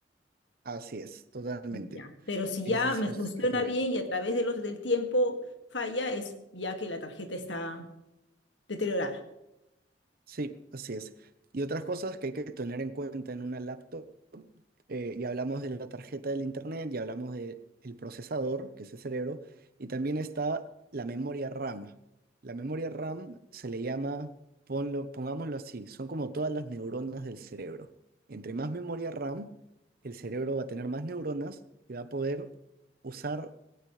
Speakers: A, on the right; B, on the left.
A: Así es, totalmente.
B: Ya, pero si
A: Ese
B: ya
A: es
B: me
A: el
B: funciona
A: problema.
B: bien y a través de los del tiempo falla, es ya que la tarjeta está deteriorada.
A: Sí, así es. Y otras cosas que hay que tener en cuenta en una laptop, eh, ya hablamos de la tarjeta del internet, ya hablamos del procesador, que es el cerebro, y también está la memoria RAM. La memoria RAM se le llama, ponlo, pongámoslo así, son como todas las neuronas del cerebro. Entre más memoria RAM, el cerebro va a tener más neuronas y va a poder usar